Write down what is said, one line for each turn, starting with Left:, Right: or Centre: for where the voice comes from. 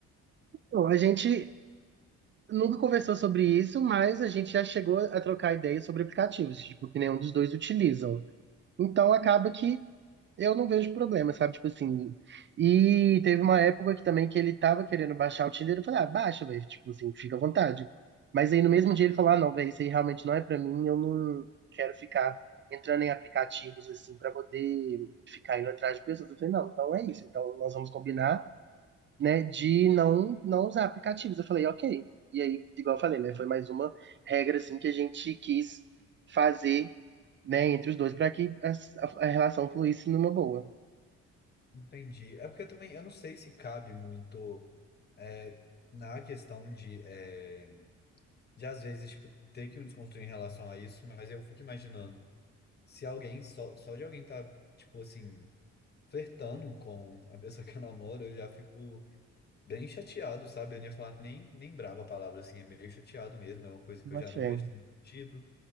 Right: Bom, a gente nunca conversou sobre isso, mas a gente já chegou a trocar ideias sobre aplicativos, tipo, que nenhum dos dois utilizam. Então acaba que eu não vejo problema, sabe? Tipo assim. E teve uma época aqui também que ele tava querendo baixar o Tinder, eu falei, ah, baixa, velho, tipo assim, fica à vontade. Mas aí no mesmo dia ele falou, ah, não, velho, isso aí realmente não é pra mim, eu não quero ficar entrando em aplicativos assim pra poder ficar indo atrás de pessoas. Eu falei, não, então é isso, então nós vamos combinar né, de não não usar aplicativos. Eu falei, ok. E aí, igual eu falei, né, foi mais uma regra assim que a gente quis fazer, né, entre os dois para que a, a relação fluísse numa boa.
Left: Entendi. É porque eu também, eu não sei se cabe muito é, na questão de, é, de, às vezes, tipo, ter que me desconstruir em relação a isso, mas eu fico imaginando se alguém, só, só de alguém tá, tipo, assim, flertando com a pessoa que eu namoro, eu já fico. bem chateado, sabe? Eu não ia falar nem, nem brava a palavra, assim, é meio chateado mesmo, é uma coisa que
Right: Boto
Left: eu já não
Right: fé.
Left: vejo tendo sentido.